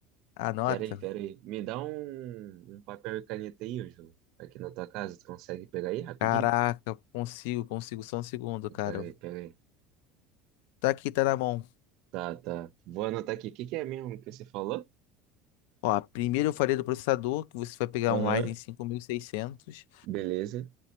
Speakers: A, on the left (about 75°); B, on the right (about 55°).
A: Anota.
B: Peraí, peraí. Me dá um, um papel e caneta aí, Ângelo. Aqui na tua casa, tu consegue pegar aí rapidinho?
A: Caraca, consigo, consigo só um segundo, cara.
B: Peraí, peraí.
A: Tá aqui, tá na mão.
B: Tá, tá. Vou anotar aqui. O que que é mesmo que você falou?
A: Ó, primeiro eu falei do processador, que você vai pegar
B: Aham.
A: um Ryzen 5600.
B: Beleza.